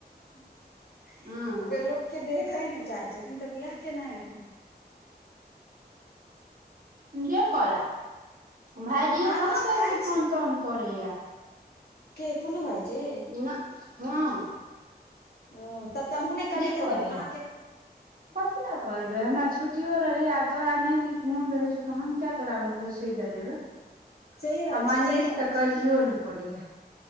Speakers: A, on the left; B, on the right.
A: <inaudible>
B: हूं
A: अगर लोक केँ देखय नै चाहै छथिन तऽ बिआह केना हेतै
B: जे करै <inaudible> भाईजियो
A: अहाँ
B: कहाँ
A: किछु
B: बेसी
A: खाइ
B: फोन तोन करैया
A: केँ पूनू भाईजी
B: ना हँ
A: हु तब तऽ अहूँ नै करैत
B: नहि करैया
A: हेबैन अहाँ <unintelligible>
B: कथी लऽ करबै हमरा छुट्टियो रहै आ तोरा नै नीक मोन रहै छै तहन किया तोरा में घुसे लऽ जेबे आ
A: सही बात
B: मनीष
A: छै सही बात
B: तऽ
A: छै
B: कहियो नै करैय